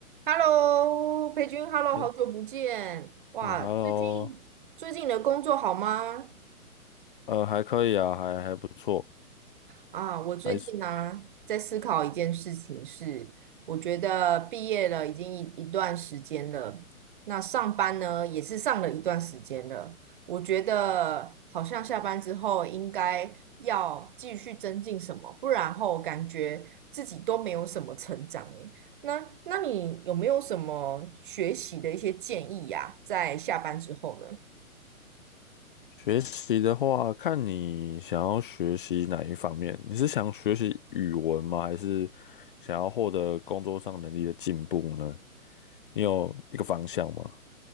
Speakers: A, on the right (about 35°); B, on the left (about 35°).
A: Hello，裴君，Hello，
B: 哎
A: 好久不见！哇，
B: 哎，Hello，
A: 最近最近你的工作好吗？
B: 呃，还可以啊，还还不错。
A: 啊，我最近呢在思考一件事情是，
B: 还是
A: 我觉得毕业了已经一一段时间了，那上班呢也是上了一段时间了，我觉得好像下班之后应该要继续增进什么，不然后感觉自己都没有什么成长诶。那那你有没有什么学习的一些建议呀，在下班之后呢？
B: 学习的话，看你想要学习哪一方面。你是想学习语文吗？还是想要获得工作上能力的进步呢？你有一个方向吗？